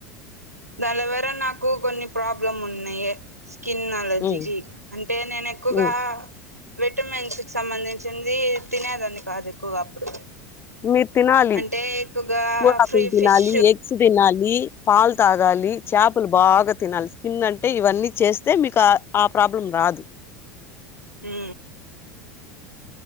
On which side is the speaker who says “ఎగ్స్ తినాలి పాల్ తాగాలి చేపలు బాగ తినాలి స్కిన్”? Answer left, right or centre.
Left